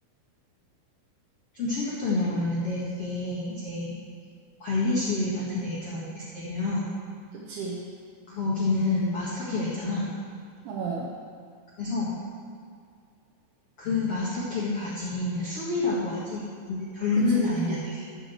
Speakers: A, on the left; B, on the right.
A: 좀 충격적인 영화였는데 그게 이제 관리실 같은 데 있잖아. 오피스 때리면
B: 그치.
A: 거기는 마스터키가 있잖아.
B: 어,
A: 그래서 그 마스터키를 가진 수위라고 하지. 근데 젊은
B: 그치,
A: 사람이야
B: 그치.
A: 되게.